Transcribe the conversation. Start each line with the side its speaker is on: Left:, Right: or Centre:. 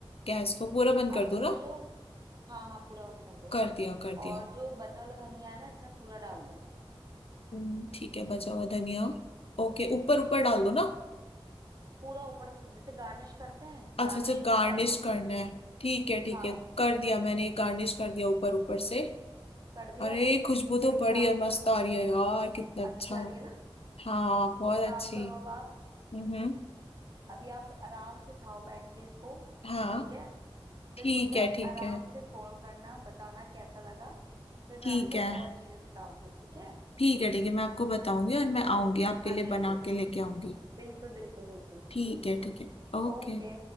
Left: गैस को पूरा बंद कर
Right: अब इसमें
Left: दो ना
Right: जो हाँ हाँ पूरा बंद कर दो
Left: कर दिया कर दिया
Right: और जो बचा वाला धनिया है ना इसमें पूरा डाल दो
Left: हम्म, ठीक है बचा हुआ धनिया ओके ऊपर ऊपर डाल दो ना
Right: पूरा ऊपर जैसे गार्निश करते हैं
Left: अच्छा
Right: गार्निश
Left: अच्छा
Right: की
Left: गार्निश
Right: तरह डाल दो
Left: करना
Right: पूरा
Left: है ठीक है ठीक
Right: हाँ
Left: है कर दिया मैंने गार्निश कर दिया ऊपर ऊपर से
Right: कर दिया
Left: अरे खुशबू
Right: अब
Left: तो
Right: एक
Left: बड़ी
Right: काम
Left: है मस्त
Right: करो
Left: आ रही है यार कितना अच्छा
Right: अच्छी आ रही है ना
Left: हाँ बहुत
Right: एक
Left: अच्छी
Right: काम करो अब आप
Left: हम्म
Right: अभी आप आराम से खाओ बैठ के इसको
Left: हाँ
Right: ठीक है फिर
Left: ठीक
Right: मुझे
Left: है
Right: आप
Left: ठीक
Right: आराम
Left: है
Right: से फोन करना बताना कैसा लगा फिर
Left: ठीक
Right: मैं आपको
Left: है
Right: और चीजें सिखाऊंगी ठीक है
Left: ठीक है ठीक है मैं आपको बताऊंगी और मैं
Right: ओके
Left: आऊंगी आपके
Right: हाँ
Left: लिए
Right: जी हाँ
Left: बना
Right: जी
Left: के लेके आऊंगी
Right: बिल्कुल बिल्कुल बिल्कुल
Left: ठीक
Right: ठीक
Left: है
Right: है चलिए
Left: ठीक है ओके
Right: ओके